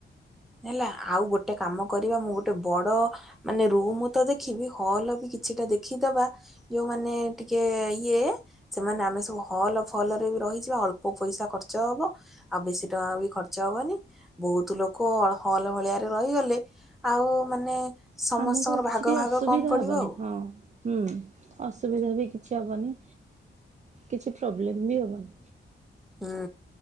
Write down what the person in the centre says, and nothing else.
ହେଲା ଆଉ ଗୋଟେ କାମ କରିବା ମୁଁ ଗୋ ଗୋଟେ ବଡ ମାନେ ରୁମ ତ ଦେଖିବି ହଲ୍ ବି କିଛିଟା ଦେଖିଦବା ଯୋଉମାନେ ଟିକେ ଇଏ ସେମାନେ ଆମେ ସବୁ ହଲ୍ ଫଲ ରେ ବି ରହିଯିବା ଅଳ୍ପ ପଇସା ଖର୍ଚ୍ଚ ହବ। ଆଉ ବେଶୀ ଟଙ୍କା ବି ଖର୍ଚ୍ଚ ହବନି ବହୁତ ଲୋକ ହଲ୍ ଭଳିଆରେ ରହିଗଲେ ଆଉ ମାନେ ସମସ୍ତଙ୍କର
ଭାଗ
ଭାଗ
କମ ପଡିବ
ଆଉ
ହୁଁ